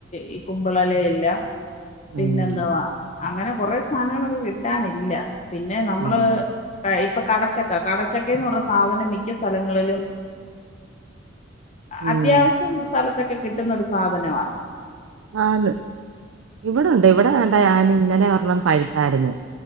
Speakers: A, on the left; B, on the right.
A: ഈ കുമ്പളത്തിന്റെ ഇലപിന്നെ
B: ഉം,
A: എന്താവാ അങ്ങനെ കൊറെ സാധനങ്ങളൊക്കെ കിട്ടി കിട്ടാനില്ലപിന്നെ നമ്മള്
B: ഉം.
A: -ഇപ്പൊ കടച്ചക്ക കടച്ചക്കന്ന് പറഞ്ഞ സാധ മിക്ക സ്ഥലങ്ങളിലും
B: ഉം.
A: അത്യാവശ്യം സ്ഥലത്തൊക്കെ കിട്ടുന്നൊ ഒരു സാധന
B: ആന്ന് ഇവിടെണ്ട് ഇവിടെ വേണ്ട ഞൻ ഇന്നലെ ഒരെ ണ്ണം പഴുത്തായിരുന്നു